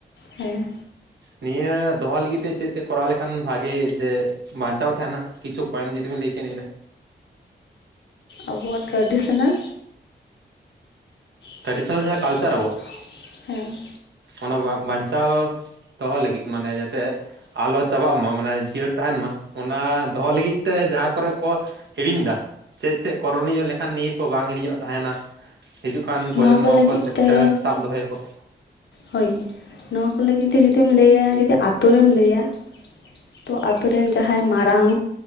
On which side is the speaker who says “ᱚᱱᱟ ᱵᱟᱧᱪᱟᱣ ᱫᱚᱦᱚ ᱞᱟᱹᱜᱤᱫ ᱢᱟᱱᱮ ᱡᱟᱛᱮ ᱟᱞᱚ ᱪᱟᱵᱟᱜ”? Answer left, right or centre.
Right